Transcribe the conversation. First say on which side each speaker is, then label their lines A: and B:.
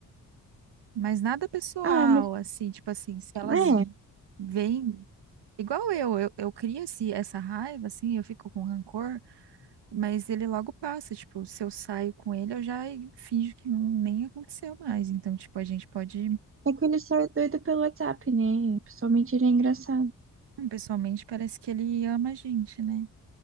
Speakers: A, on the right; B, on the right.
A: Mas nada pessoal,
B: Ah, mas
A: assim, tipo assim, se elas
B: É,
A: vêm. Igual eu, eu, eu crio esse, essa raiva, assim, eu fico com rancor, mas ele logo passa, tipo, se eu saio com ele, eu já finjo que não, nem aconteceu mais. Então, tipo, a gente pode,
B: é que ele só é doido pelo WhatsApp, né? Pessoalmente ele é engraçado.
A: hum, pessoalmente, parece que ele ama a gente, né?